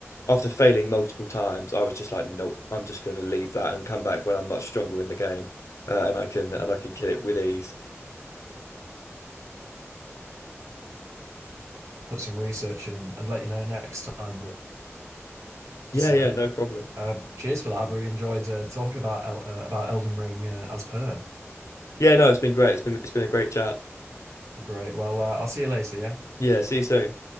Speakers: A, on the left; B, on the right.
A: after failing multiple times, I was just like, nope, I'm just going to leave that and come back when I'm much stronger in the game, uh, and I can
B: Y-
A: and I can kill it with ease.
B: Put some research in and, and let you know next time. But,
A: Yeah,
B: uh,
A: yeah, no problem.
B: uh, cheers for that. I've really enjoyed uh, talking about El uh, about Elden Ring uh, as per.
A: Yeah, no, it's been great. It's been it's been a great chat.
B: Great. Well, uh, I'll see you later. Yeah.
A: Yeah, see you soon.